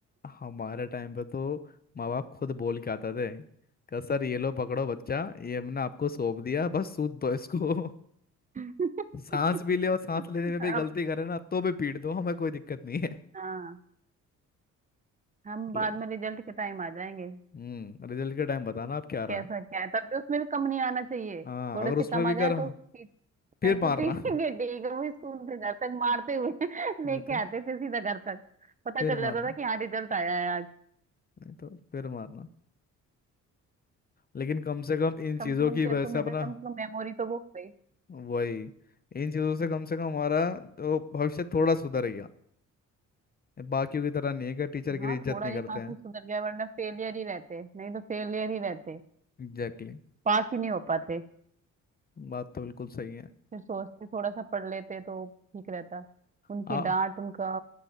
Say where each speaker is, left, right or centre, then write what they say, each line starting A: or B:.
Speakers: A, on the left; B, on the right.
A: हमारे टाइम पे तो माँ बाप खुद बोल के आते थे कि सर ये लो पकड़ो बच्चा ये हमने आपको सौंप दिया बस सूद दो इसको
B: <laughs>
A: <laughs> सांस भी ले और सांस लेने में भी
B: अब
A: गलती करे ना तो भी पीट दो हमें कोई दिक्कत नहीं है <laughs>
B: हाँ हम
A: ले
B: बाद में रिजल्ट के टाइम आ जाएंगे
A: हम्म रिजल्ट के टाइम बताना आप क्या
B: कैसा
A: रहा
B: क्या है तब भी उसमें भी कम नहीं आना चाहिए
A: हाँ
B: थोड़े
A: अगर
B: से
A: उसमें
B: कम
A: भी
B: आ जाए
A: करा
B: तो
A: फिर
B: टीचर
A: मारना
B: तो ठीक
A: <laughs>
B: है ठीक है वो स्कूल से घर तक मारते हुए <laughs> लेके
A: वही तो
B: आते थे सीधा घर तक पता
A: फिर
B: चल जाता
A: मारना
B: था कि हाँ रिजल्ट आया है
A: नहीं तो फिर मारना लेकिन कम से कम इन
B: कम
A: चीजों
B: से कम
A: की
B: तेरे
A: वजह
B: को
A: से
B: मिला
A: अपना
B: कम से कम मेमोरी तो वो हो गई
A: वही इन चीज़ों से कम से कम हमारा जो भविष्य थोड़ा सुधर गया बाकियों की तरह नहीं है कि टीचर की
B: हाँ
A: इज्जत
B: थोड़ा
A: नहीं
B: नहीं
A: करते
B: काफी
A: हैं
B: सुधर गया वरना फेलियर ही रहते नहीं तो फेलियर ही रहते
A: Exactly
B: पास ही नहीं हो पाते
A: exactly. बात तो बिल्कुल सही है
B: फिर सोचते थोड़ा सा पढ़ लेते तो ठीक रहता उनकी
A: आ
B: डांट उनका